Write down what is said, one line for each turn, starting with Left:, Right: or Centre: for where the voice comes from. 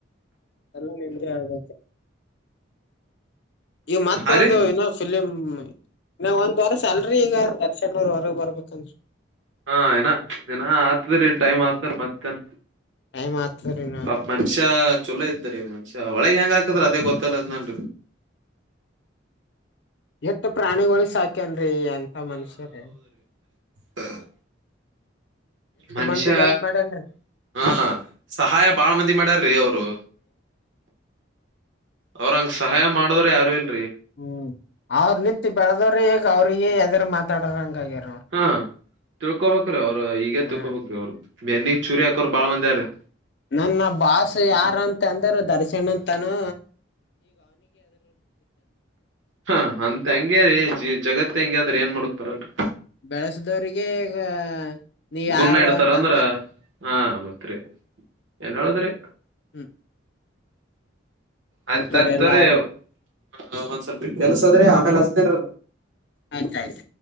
Left: ಎಲ್ಲ ನಿಮ್ದೇ ಆಗೆತೆ ಈ ಮತ್ತ
Right: ಹಾ ರೀ
Left: ಒಂದು ಇಏನ ಫಿಲಿಮ್ ನ ಒಂದ್ ವರೆ ಸ್ಯಾಲ್ರಿ ಈಗ <unintelligible> ವರೆಗೆ ಬರ್ಬೇಕಂದ್ರೀ
Right: ಹಾ ಏನ ಏನ ಆತದ್ರಿ ಟೈಮ್ ಆತಾರ ಮತ್ತನ್
Left: ಟೈಮ್ ಆತದ್ರಿ ಇನ್ನ
Right: ಪಾ ಮನ್ಷ್ಯ ಚೊಲೋ ಇದ್ದರಿ ಮನ್ಷ್ಯ ಒಳಗ್ ಹೆಂಗ ಆಾಕದ್ರ ಅದೇ ಗೊತ್ತಲ್ಲದ ನನ್
Left: ಎಷ್ಟ ಪ್ರಾಣಿಗಳು ಸಾಕನ್ರಿ ಎಂತ ಮನುಷ್ಯರೇ
Right: ಹ <unintelligible> ಮನುಷ್ಯ
Left: ಮಂದಿಗ್ ಎಲ್ಪ್ ಮಾಡ್ಯನ್ರಿ
Right: ಹಾ ಸಹಾಯ ಬಾಳ ಮಂದಿ ಮಾಡ್ಯಾರ್ರೀ ಅವರು ಅವ್ರಂಗ ಸಹಾಯ ಮಾಡುದ್ರ ಯಾರು ಇಲ್
Left: ಹ್ಮ್ ಅವ್ರ ನಿಂತು ಬೆಳದವ್ರೆಗ ಅವ್ರಿಗೆ ಯದರು ಮಾತಾಡರ ಹಂಗಾಗಿರ
Right: ಹಾ ತಿಳ್ಕೊಬೇಕ್ರೀ ಅವರು ಈಗೇ ತಿಳ್ಕೊಬೇಕ್ರಿ
Left: ಹ್ಮ
Right: ಅವ್ರ ಬೇನ್ನಿಗೆ ಚೂರಿ ಹಾಕೋರ್ ಬಾಳ್ ಮಂದಿ ಆದರಿ
Left: ನನ್ನ ಬಾಾಸ ಯಾರ ಅಂತ ಅಂದ್ರ ದರಿಸ ಸಣ್ಣ ತಾನು
Right: ಹ ಅಂತ ಹಂಗ್ಯಾರೀ ಜಗತ್ ಹೆಂಗಗೆಾದ್ರೆ ಏನ್ ಮಾಡ ಪರಂ ರೀ
Left: ಬೆಳೆಸದವ್ರಿಗೆ ಈಗ ನೀ ಯಾರು
Right: ಗುಣ ಇಡ್ತಾರ
Left: ಅಂತ
Right: ಅಂದ್ರ
Left: ಅಂತಾರೆ
Right: ಹಾ ಮತ್ರಿ ಏನ್ ಹೇಳದ್ರಿ
Left: ಹ್ಮ್
Right: ಆಯ್ತ್
Left: ಇಂಥವ್ರೆಲ್ಲಾ
Right: ಆಯ್ತವ್ರೀ ಆ ಒಂದ್ ಸ್ವಲ್ಪ ಕೆಲ್ಸ ಅದ್ರಿ ಆಮೇಲೆ ಹಸತಿನ್ಲ್
Left: ಆಯ್ತಾಯ್ತು.